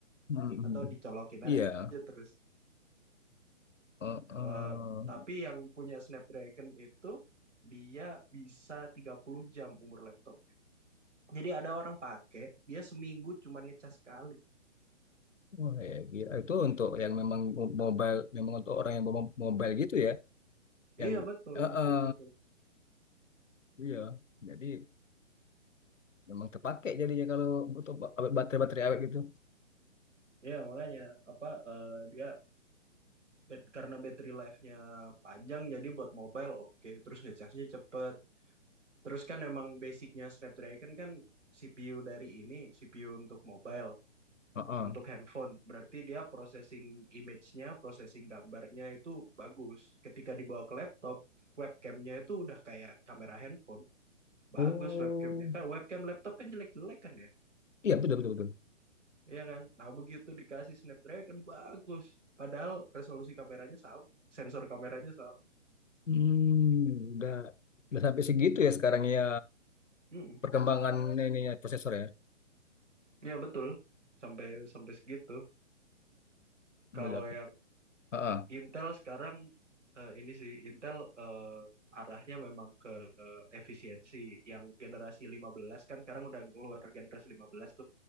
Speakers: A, on the left; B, on the right.
A: Mm-mm.
B: atau dicolokin aja
A: Iya.
B: terus.
A: Uh-uh.
B: Eh, tapi yang punya Snapdragon itu dia bisa 30 jam umur laptopnya. Jadi ada orang pakai, dia seminggu cuman ngecas sekali.
A: Wah, ya, gila. Itu untuk yang memang mo- mobile, memang untuk orang yang mo- mobile gitu ya, yang
B: Iya betul
A: uh-uh.
B: betul betul.
A: Iya. Jadi memang terpakai jadinya kalau untuk ba- awet- baterai-baterai awet gitu.
B: Iya makanya apa eh, dia bat- karena battery life-nya panjang jadi buat mobile oke, terus ngecasnya cepet. Terus kan emang basicnya Snapdragon kan CPU dari ini, CPU untuk mobile.
A: Uh-uh.
B: untuk handphone. Berarti dia processing image-nya, processing gambarnya itu bagus. Ketika dibawa ke laptop, webcamnya itu udah kayak kamera handphone. Bagus
A: Oh,
B: webcamnya. Kan webcam laptop kan jelek-jelek kan ya?
A: iya betul betul betul.
B: Iya kan? Nah begitu dikasih Snapdragon, bagus. Padahal resolusi kameranya sama, sensor kameranya sama.
A: Hmm, udah udah sampai segitu ya sekarang ya
B: Mm-mm.
A: perkembangan ininya prosesor ya.
B: Ya betul, sampai sampai segitu. Kalau
A: Udah.
B: yang
A: Heeh,
B: Intel sekarang eh, ini sih Intel eh, arahnya memang ke eh, efisiensi yang generasi 15 kan sekarang udah keluar generasi 15 tuh.